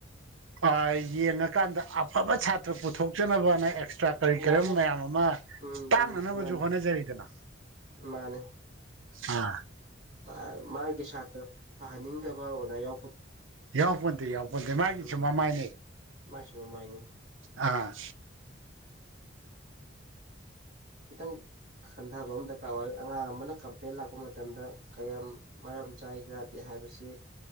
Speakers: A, on the right (about 85°); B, on the right (about 45°).
A: ꯑ ꯌꯦꯡꯉꯀꯥꯟꯗ ꯑꯐꯕ ꯁꯥꯇ꯭ꯔ ꯄꯨꯊꯣꯛꯆꯅꯕꯅ ꯇ꯭ꯔꯥ ꯀꯔꯤꯀꯔꯝ
B: ꯍꯣꯏ ꯑꯦ
A: ꯃꯌꯥꯝ ꯑꯃ
B: ꯎꯝ
A: ꯇꯥꯛꯅꯅꯕꯖꯨ
B: ꯃꯥꯅꯤ
A: ꯍꯣꯠꯅꯖꯔꯤꯗꯅ
B: ꯃꯥꯅꯤ
A: ꯑ
B: <unintelligible> ꯃꯥꯒꯤ ꯁꯥꯇ꯭ꯔ ꯐꯍꯟꯅꯤꯡꯗꯕ ꯑꯣꯖꯥ ꯌꯥꯎ
A: ꯌꯥꯎꯄꯣꯟꯇꯦ ꯌꯥꯎꯄꯣꯟꯇꯦ ꯃꯥꯒꯤꯁꯨ
B: ꯎꯝ
A: ꯃꯃꯥꯏꯅꯦ
B: ꯃꯥꯏꯁꯨ ꯃꯃꯥꯏꯅꯤ
A: ꯑꯥ
B: ꯈꯤꯇꯪ ꯈꯟꯗꯕ ꯑꯃ ꯗꯔꯀꯥꯔ ꯑꯣꯏ ꯑꯉꯥꯡ ꯑꯃꯅ ꯀꯝꯄ꯭ꯂꯦꯟ ꯂꯥꯛꯄ ꯃꯇꯝꯗ ꯀꯌꯥꯝ ꯃꯔꯝ ꯆꯥꯏ ꯆꯥꯗꯦ ꯍꯥꯏꯕꯁꯤ